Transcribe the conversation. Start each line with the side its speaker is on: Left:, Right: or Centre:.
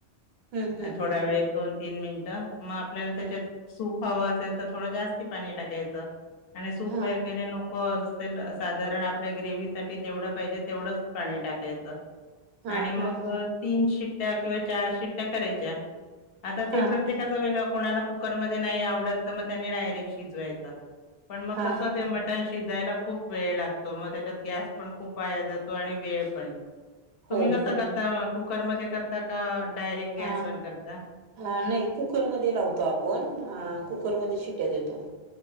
Right: हम्म हम्म
Left: थोड्या
Right: हम्म
Left: वेळ
Right: हम्म
Left: एक दोन तीन मिनिटं मग आपल्याला त्याच्यात
Right: हम्म
Left: सूप हव असेल तर थोड जास्त पाणी टाकायच. आणि सूप
Right: हा
Left: वगैरे नको असेल साधारण आपल्या ग्रेवि साठी जेवढ पाहिजे तेवढंच पाणी टाकायचं
Right: हा
Left: आणि मग
Right: हा हा
Left: तीन शिट्ट्या किंवा चार शिट्ट्या करायच्या आता
Right: हा
Left: ते प्रत्येकाचा
Right: हा
Left: वेगळं कोणाला कुकरमध्येध्ये नाही आवडत तर मग त्याने डायरेक्ट शिजवायच पण मग
Right: हा
Left: कस ते
Right: हा
Left: म ण शिजायला खूप वेळ लागतो मग त्याच्यात गॅस पण खूप वाया जातो आणि वेळ पण तुम्ही
Right: हो
Left: कसं
Right: हो
Left: करता कुकरमध्ये करता का? डायरेक्ट गॅसवरर
Right: हा
Left: करता.
Right: अ नाही कुकरमध्ये लावतो आपण अ कुकरमध्ये शिट्य. घे तो